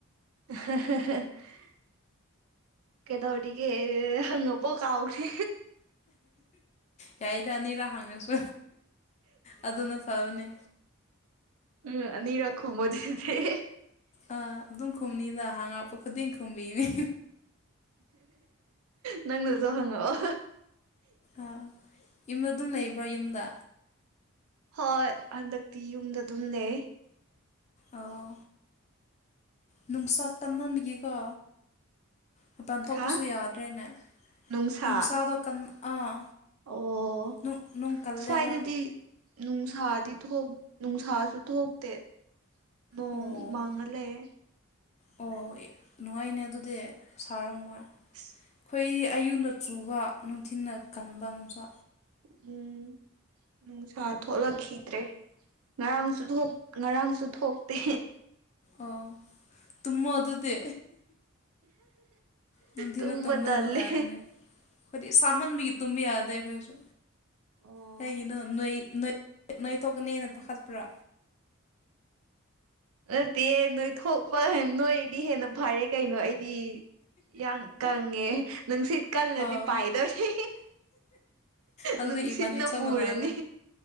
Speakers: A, on the right; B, on the left.
A: <unintelligible> ꯀꯦꯗꯧꯔꯤꯒꯦ ꯍꯪꯉꯕꯣ ꯀꯥꯎꯒ꯭ꯔꯦ
B: ꯌꯥꯏꯗ ꯑꯅꯤꯔꯥ ꯍꯪꯉꯁꯨ ꯑꯗꯨꯅ ꯐꯕꯅꯦ
A: ꯎꯝ ꯑꯅꯤꯔꯛ ꯈꯨꯝꯃꯗꯤ <unintelligible>
B: ꯑ ꯑꯗꯨꯝ ꯈꯨꯝꯅꯤꯗ ꯍꯪꯉꯛꯄ ꯈꯨꯗꯤꯡ ꯈꯨꯝꯕꯤꯅꯦ
A: ꯅꯪꯅꯖꯨ ꯍꯪꯉꯛꯑꯣ
B: ꯑꯥ ꯌꯨꯝꯗ ꯑꯗꯨꯝ ꯂꯩꯕ꯭ꯔꯣ ꯌꯨꯝꯗ
A: ꯍꯣꯏ ꯍꯟꯗꯛꯇꯤ ꯌꯨꯝꯗ ꯑꯗꯨꯝ ꯂꯩ
B: ꯑꯣ ꯅꯨꯡꯁꯥ ꯇꯝꯃꯟꯕꯤꯒꯦꯀꯣ ꯃꯄꯥꯟ ꯊꯣꯛꯄꯁꯨ
A: ꯍꯥ
B: ꯌꯥꯗ꯭ꯔꯦꯅꯦ
A: ꯅꯨꯡꯁꯥ
B: ꯅꯨꯡꯁꯥꯗꯣ ꯀꯟ ꯑꯥ
A: ꯑꯣ
B: ꯅꯨꯡ ꯅꯨꯡ ꯀꯜꯂꯦꯕ
A: ꯁ꯭ꯋꯥꯏꯗꯗꯤ ꯅꯨꯡꯁꯥꯗꯤ ꯊꯣꯛ ꯅꯨꯡꯁꯥꯁꯨ ꯊꯣꯛꯇꯦ ꯅꯣꯡ
B: ꯑꯣ
A: ꯃꯪꯉꯥ ꯂꯩꯌꯦ
B: ꯑꯣ ꯅꯨꯡꯉꯥꯏꯅꯦ ꯑꯗꯨꯗꯤ ꯁꯥꯔꯝꯃꯣꯏ
A: <inaudible>
B: ꯑꯩꯈꯣꯏ ꯑꯌꯨꯛꯅ ꯆꯨꯕ ꯅꯨꯡꯊꯤꯅ ꯀꯟꯕ ꯅꯨꯡꯁꯥ
A: ꯎꯝ ꯅꯨꯡꯁꯥ ꯊꯣꯛꯂꯛꯈꯤꯗ꯭ꯔꯦ ꯉꯔꯥꯡꯁꯨ ꯉꯔꯥꯡꯁꯨ ꯊꯣꯛꯇꯦ
B: ꯑꯣ ꯇꯨꯝꯃꫭ ꯑꯗꯨꯗꯤ ꯅꯨꯡꯊꯤꯜꯗ
A: ꯇꯨꯝꯕ
B: ꯇꯨꯝꯕꯗꫭ
A: ꯇꯜꯂꯦ
B: ꯅꯉꯥꯏꯕꯅꯦ ꯑꯩꯈꯣꯏꯗꯤ ꯁꯥꯃꯟꯕꯒꯤ ꯇꯨꯝꯕ ꯌꯥꯗꯦ ꯑꯩꯈꯣꯏꯁꯨ
A: ꯑꯣ
B: ꯀꯩꯒꯤꯅꯣ ꯅꯣꯏ ꯅꯣꯏ ꯊꯣꯛꯀꯅꯤꯅ ꯄꯥꯈꯠꯄ꯭ꯔꯥ
A: ꯅꯠꯇꯦ ꯅꯣꯏ ꯊꯣꯛꯄ ꯅꯣꯏꯗꯤ ꯍꯦꯟꯅ ꯐꯔꯦ ꯀꯩꯅꯣ ꯑꯩꯗꯤ ꯌꯥꯝ ꯀꯪꯉꯦ ꯅꯨꯡꯁꯤꯠ ꯀꯜꯂꯗꯤ
B: ꯑꯥ
A: ꯄꯥꯏꯗꫭꯔꯦ
B: ꯑꯗꯨꯗꯤ
A: ꯅꯨꯡꯁꯤꯠꯅ
B: ꯏꯕꯥꯅꯤ ꯆꯞ
A: ꯄꯨꯔꯅꯤ
B: ꯃꯥꯟꯅꯔꯦ